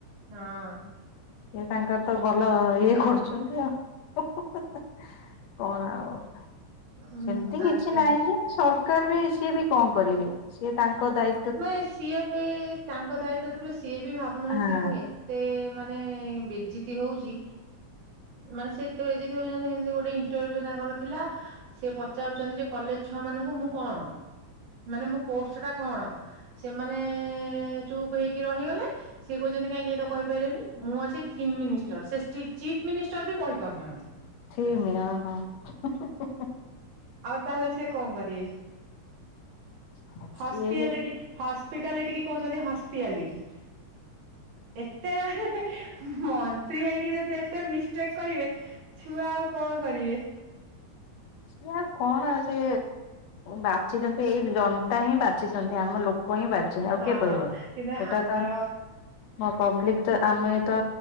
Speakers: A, on the right (about 80°); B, on the left (about 65°).
A: ହଁ
B: ଇଏ ତାଙ୍କର ତ ଭଲ ଇଏ କରୁଛନ୍ତି ଆଉ <unintelligible> କଣ ଆଉ
A: ଉଁ
B: ସେମିତି
A: ତାପରେ
B: କିଛି ନାହିଁ ସରକାର ବି ସିଏ ବି କଣ କରିବେ, ସିଏ ତାଙ୍କ ଦାଇ
A: ନାଇଁ ସିଏ ବି ତାଙ୍କ ଦାୟିତ୍ଵ ତ ସିଏ ବି ଭାବୁ ନାହାନ୍ତି
B: ହଁ
A: ମୁଁ ଏତେ ମାନେ ବେଜିତି ହଉଚି ମାନେ ସେତେବେଳେ ଯଦି କଉଛନ୍ତି ସେମିତି ଗୋଟେ ଇଣ୍ଟରଭ୍ୟୁ ତାଙ୍କର ଥିଲା। ସେ ପଚାରୁଛନ୍ତି ଯେ କଲେଜ ଛୁଆ ମାନଙ୍କୁ ମୁଁ କଣ ମାନେ ମୋ ପୋଷ୍ଟ ଟା କଣ? ସେମାନେ ଚୁପ୍ ହେଇକି ରହିଗଲେ ସିଏ କହୁଛନ୍ତି କାହିଁକି ଏଟା କହି ପାଇଲନି, ମୁଁ ଅଛି ଥିପ୍ ମିନିଷ୍ଟର ସେ ଷ୍ଟି ଚିପ୍ ମିନିଷ୍ଟର ବି କହିପାରୁନାହାନ୍ତି।
B: ସେମି ହଁ ହଁ
A: ଆଉ ତାହେଲେ ସେ କଣ କରିବେ?
B: ହଁ
A: ହସ୍ପିଆଲିଟି
B: ସିଏ
A: ହସ୍ପିଟାଲିଟି କି କହୁଛନ୍ତି ହସ୍ପିଆଲିଟି। ଏତେ ମନ୍ତ୍ରୀ ହେଇକି ଯଦି ଏତେ ମି ଚେକ୍ କରିବେ ଛୁଆ ଆଉ କଣ କରିବେ।
B: ସେ କଣ ସେ ବାଛିଛନ୍ତି ଏଇ ଜନତା ହିଁ ବାଛିଛନ୍ତି ଆମ ଲୋକ କହିଁ ବାଚଛ ଆଉ
A: ହଁ
B: କିଏ କହିବ?
A: କିନ୍ତୁ
B: ଏଟା
A: ଆମର
B: ତା ମଁ ପବ୍ଲିକ ତ ଆମେ ତ